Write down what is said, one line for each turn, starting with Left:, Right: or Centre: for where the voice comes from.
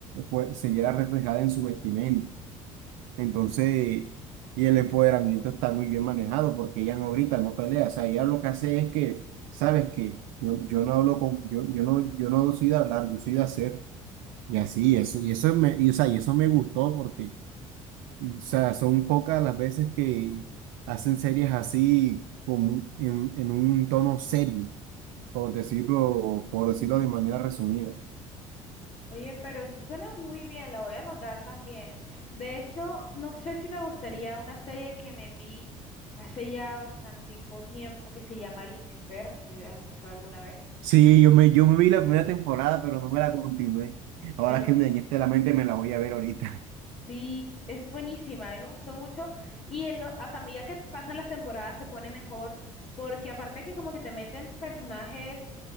Right: pues, se viera reflejada en su vestimenta. Entonces, y el empoderamiento está muy bien manejado porque ella no grita, no pelea, o sea, ella lo que hace es que, ¿sabes qué? Yo, yo no hablo con, yo, yo no, yo no soy de hablar, yo soy de hacer. Y así, eso, y eso me, y, o sea, y eso me gustó porque o sea, son pocas las veces que hacen series así con un- en, en un tono serio, por decirlo, por decirlo de manera resumida.
Left: Oye, pero eso suena muy bien, la voy a anotar también. De hecho, no sé si te gustaría una serie que me vi hace ya bastantico tiempo que se llama Lucifer, no sé si la has escuchado alguna vez.
Right: Sí, yo me, yo me vi la primera temporada, pero no me la continué. Ahora
Left: Bueno,
Right: que me dañaste la mente, me la voy a ver ahorita.
Left: Sí, s- es buenísima, a mí me gustó mucho y en lo, o sea, a medida que pasan las temporadas se pone mejor porque aparte que como que te meten personajes